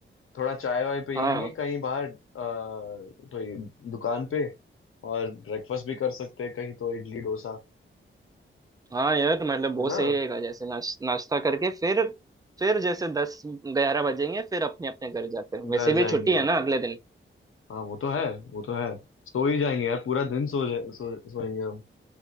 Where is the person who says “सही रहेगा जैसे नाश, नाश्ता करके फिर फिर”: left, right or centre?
Right